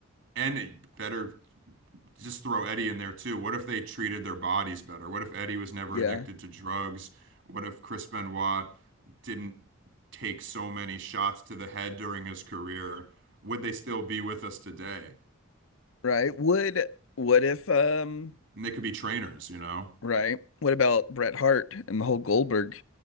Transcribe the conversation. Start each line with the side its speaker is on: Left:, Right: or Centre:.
Right: and better just throw Eddie in there too. What if they treated their bodies better? What if Eddie was never
Left: yeah,
Right: addicted to drugs? What if Chris Benoit didn't take so many shots to the head during his career? Would they still be with us today?
Left: right. Would what if um
Right: And they could be trainers, you know?
Left: right. What about Bret Hart and the whole Goldberg?